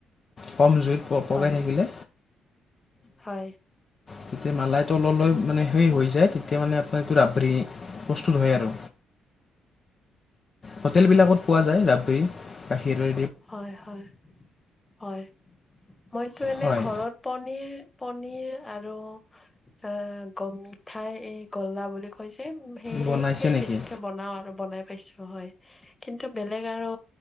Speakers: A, on the left; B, on the left.
A: কম জুইত প পগাকাই
B: হয়
A: থাকিলে।
B: হয়
A: তেতিয়া মালাই তললৈ মানে সেই হৈ যায় তেতিয়া মানে আপোনাৰ এইটো ৰাবৰী।
B: হয়
A: প্ৰস্তুত হয় আৰু। হোটেলবিলাকত পোৱা যায় ৰাবৰী গাখীৰৰে।
B: হয় হয় হয়। মইতো এনে
A: হয়
B: ঘৰত পনীৰ পনিৰ আৰু এ গ মিঠাই এই গল্লা বুলি কৈছে। সেই
A: বনাইছে
B: সেই
A: নেকি
B: বেছিকে বনাও আৰু বনাই পাইছো হয় কিন্তু এইটো বেলেগ আৰু